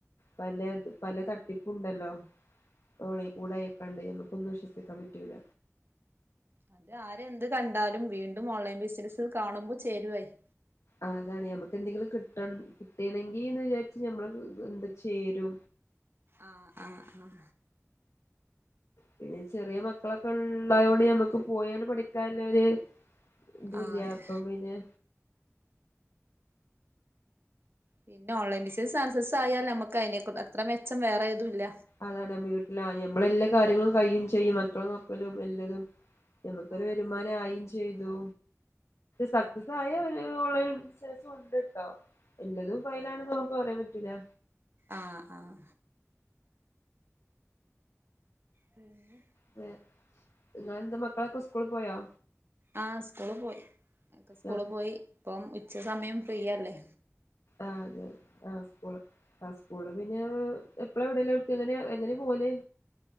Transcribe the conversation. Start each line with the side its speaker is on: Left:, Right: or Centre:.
Left: പലേത് പല തട്ടി പു ഉണ്ടല്ലോ ഓളെ കൂടായ്കൂടേ ആയ്ക്കാണ്ടേ ഞമ്മക്ക്ന്ന് വിശ്വസിക്കാൻ പറ്റ്ല്ല.
Right: അത് ആരെന്ത് കണ്ടാലും വീണ്ടും ഓൺലൈൻ ബിസിനസ് കാണുമ്പോ ചേരുവായിര്
Left: അതാണ് ഞമ്മക്ക് എന്തെങ്കിലും കിട്ടൺ കിട്ടണെങ്കിന്ന് വിചാരിച്ച് ഞമ്മള് എന്താ ചേരു
Right: ആഹ് ആഹ് ആഹ്
Left: പിന്നെ ചെറിയ മക്കളൊക്കെ ഉള്ളായൊണ്ട് ഞമ്മക്ക് പോയാണ് പഠിക്കാല്ലര് ദുലിയ
Right: ആഹ് അതെ
Left: പ്പം പിനെ
Right: പിന്നെ ഓൺലൈൻ ബിസിസ് സക്സസായാൽ ഞമ്മക്ക് അയ്നെ അത്ര മെച്ചം വേറെഏതും ഇല്ല
Left: അതാണ് വീട്ടിലാ ഞമ്മളെ എല്ലാ കാര്യങ്ങളും കയും ചെയ്യും അത്രം നോക്കലും എല്ലതും. നമുക്കൊരു
Right: ആഹ്
Left: വരുമാനായും
Right: ആഹ്
Left: ചെയ്തു സക്സസായ ഓൺലൈൻ ബിസിനസും ഉണ്ട്ട്ടോ എല്ലതും ഫയലാണെന്ന്
Right: ആഹ്
Left: നമുക്ക് പറയാൻ പറ്റൂല്ല
Right: ആഹ് ആഹ് പിന്നെ
Left: <unintelligible> ഇങ്ങളെ എന്താ മക്കളൊക്കെ സ്കൂളീ പോയോ
Right: ആ സ്കൂള് പോയി ഒക്കെ സ്കൂള്
Left: ആ
Right: പോയി ഇപ്പം ഉച്ച സമയം ഫ്രീയല്ലേ
Left: ആഹ് അതെ ആഹ് സ്കൂള് ആ സ്കൂള് പിന്നെ എപ്പളാ വിടല് വിക്ക് എങ്ങനെയ എങ്ങനെ പോവല്